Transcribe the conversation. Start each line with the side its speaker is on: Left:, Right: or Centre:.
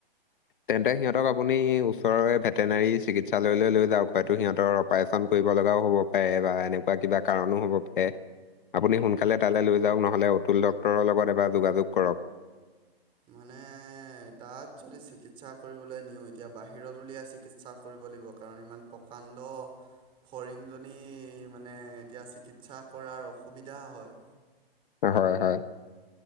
Left: তেন্তে সিহঁতক আপুনি ওচৰৰে ভেটেনাৰী চিকিৎসালয়লৈ লৈ যাওক, হয়তো সিহঁতৰ অপাৰেচন কৰিব লগাও হ'ব পাৰে বা এনেকুৱা কিবা কাৰণো হ'ব পাৰে। আপুনি সোনকালে তালে লৈ যাওঁক, নহ'লে অতুল ডক্তৰৰ লগত এবাৰ যোগাযোগ কৰক।
Right: মানে তাত যদি চিকিৎসা কৰিবলৈ নিওঁ, এতিয়া বাহিৰত উলিয়াই চিকিৎসা কৰি ব লাগিব, কাৰণ ইমান প্ৰকাণ্ড ফৰিংজনী মানে এতিয়া চিকিৎসা কৰাৰ অসুবিধা হয়।
Left: হয়- হয়।